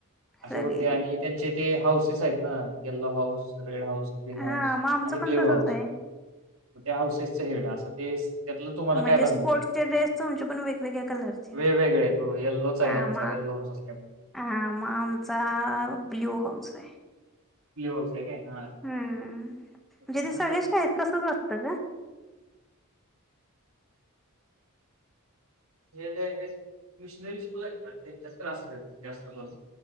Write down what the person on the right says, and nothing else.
असे
होते आणि
त्यांचे ते हाऊसेस आहेत ना yellow house red house, green
हाऊस
आणि ब्ल्यू
हाऊस
त्या हाऊसेसच हेड असं ते त्यातलं तुम्हाला
काय बनायचंय?
वेगवेगळे आहेत हो येल्लोचा आहे
ह्यांचा
येल्लो हाऊस असल्यामुळे.
ब्लू हाउस आहे काय हा
त्यांच
<inaudible>
<inaudible>
हे जे आहेत मशनरी स्कूल आहेत ना त्यांच्यात त्रास जास्त करून